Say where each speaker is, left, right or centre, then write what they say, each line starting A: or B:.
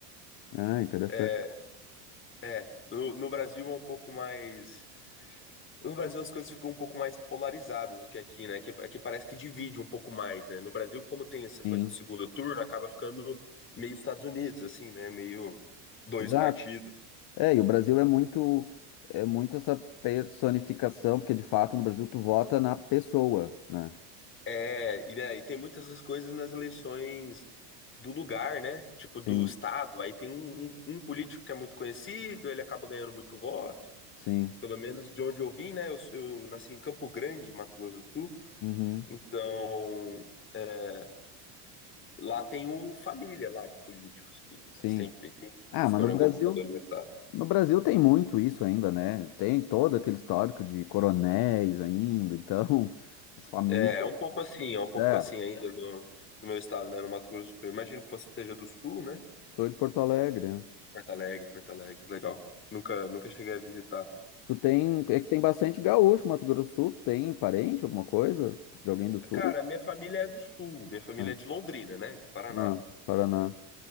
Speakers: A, on the left; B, on the left.
A: Ah, interessante.
B: É, é. No, no Brasil é um pouco mais. No Brasil as coisas ficam um pouco mais polarizadas do que aqui, né? Que aqui parece que divide um pouco mais, né? No Brasil, como tem essa
A: Sim.
B: coisa do segundo turno, acaba ficando meio Estados Unidos, assim, né? Meio dois
A: Exato.
B: partidos.
A: É, e o Brasil é muito, é muito essa personificação, porque de fato no Brasil tu vota na pessoa, né?
B: É, e, né, e tem muitas essas coisas nas eleições do lugar, né? Tipo, do
A: Sim,
B: estado. Aí tem um, um um político que é muito conhecido, ele acaba ganhando muito voto.
A: sim.
B: pelo menos de onde eu vim, né? Eu, eu nasci em Campo Grande, Mato Grosso do Sul.
A: Uhum,
B: Então, é, lá tem um família lá de políticos que
A: sim.
B: sempre
A: Ah, mas
B: foram
A: no Brasil,
B: governadores do estado.
A: no Brasil tem muito isso ainda, né? Tem todo aquele histórico de coronéis ainda, então <laughs> as famílias.
B: É, é um pouco assim, é um pouco
A: É,
B: assim ainda no, no meu estado, né? No Mato Grosso do Sul. Imagino que você seja do Sul, né?
A: sou de Porto Alegre. né?
B: Porto Alegre, Porto Alegre, legal. Nunca, nunca cheguei a visitar.
A: Tu tem, é que tem bastante gaúcho, Mato Grosso do Sul, tem parente, alguma coisa? De alguém do sul?
B: Cara, minha família é do Sul, minha família
A: Ah,
B: é de Londrina, né? Do Paraná.
A: ah, Paraná.